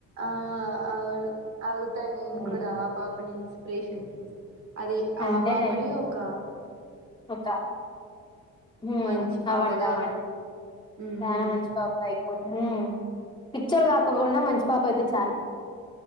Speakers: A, on the right; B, on the left.
A: ఆ అవును అవుతా నేను
B: ఉమ్
A: కూడా ఆ పాపని ఇన్స్పిరేషన్ తీసి అదే ఆ
B: అంతేలే
A: పాపనీ ఒకా
B: ఒక ఉమ్
A: మంచి పాపగా
B: అవ్వండి అవ్వండి
A: మ్మ్
B: చాలా మంచి పాపగా అయిపోయి పిచ్చోల్ గాకుండా మంచి పాప అయితే చాలు